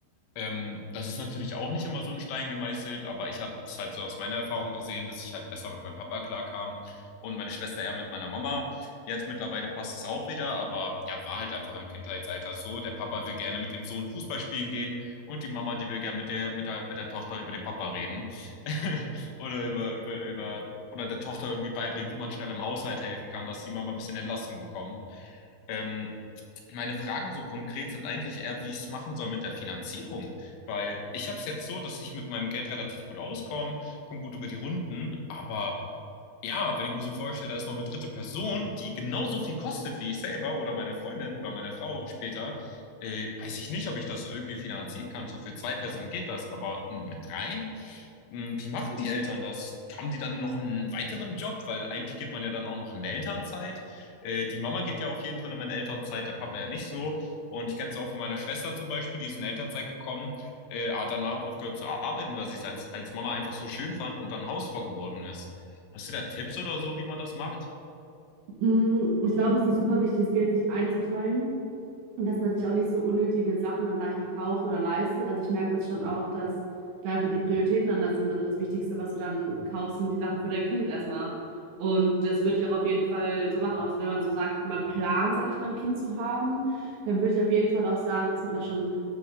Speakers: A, on the left; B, on the right.
A: Ähm, das ist natürlich auch nicht immer so in Stein gemeißelt, aber ich habe es halt so aus meiner Erfahrung gesehen, dass ich halt besser mit meinem Papa klarkam und meine Schwester eher mit meiner Mama. Jetzt mittlerweile passt es auch wieder, aber ja, war halt einfach im Kindheitsalter so. Der Papa will gerne mit dem Sohn Fußball spielen gehen und die Mama, die will gerne mit der, mit der, mit der Tochter über den Papa reden <laughs> oder über, über, über, oder der Tochter irgendwie beibringen, wie man schnell im Haushalt helfen kann, dass die Mama ein bisschen Entlastung bekommt. Ähm, meine Fragen so konkret sind eigentlich eher, wie ich es machen soll mit der Finanzierung. Weil ich habe es jetzt so, dass ich mit meinem Geld relativ gut auskomme, komme gut über die Runden, aber ja, wenn ich mir so vorstelle, da ist noch eine dritte Person, die genauso viel kostet wie ich selber oder meine Freundin oder meine Frau später, äh, weiß ich nicht, ob ich das irgendwie finanzieren kann. So für zwei Personen geht das, aber m, mit dreien? M, Wie machen die Eltern das? Haben die dann noch einen weiteren Job? Weil eigentlich geht man ja dann auch noch in Elternzeit. Äh, die Mama geht ja auf jeden Fall immer in Elternzeit, der Papa ja nicht so. Und ich kenne es auch von meiner Schwester zum Beispiel, die ist in Elternzeit gekommen, äh, hat danach aufgehört zu arbeiten, weil sie es als, als Mama einfach so schön fand und dann Hausfrau geworden ist. Hast du da Tipps oder so, wie man das macht?
B: Hm, ich glaube, es ist super wichtig, das Geld sich einzuteilen Und dass man sich auch nicht so unnötige Sachen dann, sag ich mal, kauft oder leistet. Also ich merke das schon auch, dass da einfach die Prioritäten anders sind. Also das Wichtigste, was du dann kaufst, sind die Sachen für dein Kind erstmal. Und das würde ich auch auf jeden Fall so machen. Also wenn man so sagt, man plant, sage ich mal, ein Kind zu haben, dann würde ich auf jeden Fall auch sagen, dass man da schon